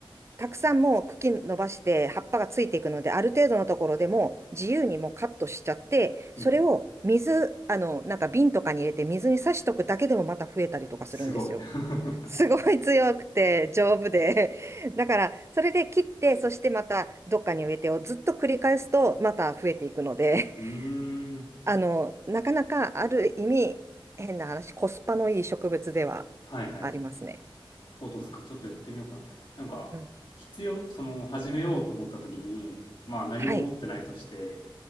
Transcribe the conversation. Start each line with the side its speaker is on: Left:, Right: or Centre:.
Right: たくさんもう茎伸ばして葉っぱがついていくので、ある程度のところでもう自由にもうカットしちゃって、
Left: うんうん。
Right: それを水、あの、なんか瓶とかに入れて水に挿しとくだけでもまた増えたりとかするんですよ。
Left: すごい。<laughs> う
Right: すごい強くて丈夫で。<laughs> だから、それで切って、そしてまたどっかに植えてをずっと繰り返すとまた増えていくので、
Left: ーん。
Right: <laughs> あの、なかなかある意味、変な話、コスパのいい植物では
Left: はいはいはい。
Right: ありますね。
Left: ポトスか。ちょっとやってみようかな。なんか、
Right: うん。
Left: 必要、その、始めようと思った時に、まあ何も持ってないとして、
Right: はい。